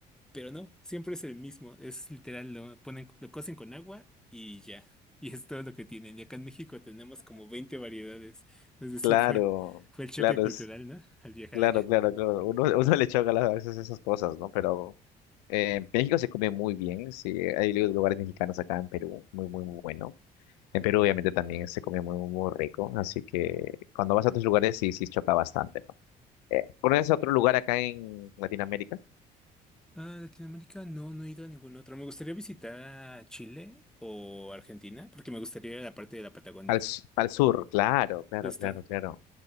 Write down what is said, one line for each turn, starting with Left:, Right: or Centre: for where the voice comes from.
Centre: Pero no, siempre es el mismo. Es literal, lo ponen, lo cocen con agua y ya. Y es todo lo que tienen. Y acá en México tenemos como 20 variedades. Es decir,
Left: claro,
Centre: fue, fue el choque
Left: claro,
Centre: cultural,
Left: es,
Centre: ¿no? Al viajar
Left: claro,
Centre: allá.
Left: claro, claro. Uno, <laughs> uno le choca a veces esas cosas, ¿no? Pero eh, México se come muy bien, sí. Hay lu- lugares mexicanos acá en Perú, muy, muy, muy bueno. En Perú, obviamente, también se come muy, muy, muy rico. Así que cuando vas a otros lugares, sí, sí choca bastante, ¿no? Eh, ¿pones otro lugar acá en Latinoamérica?
Centre: Ah, Latinoamérica, no, no he ido a ningún otro. Me gustaría visitar a Chile o Argentina, porque me gustaría ir a la parte de la Patagonia.
Left: Al, s- al sur, claro, claro,
Centre: Justo.
Left: claro, claro.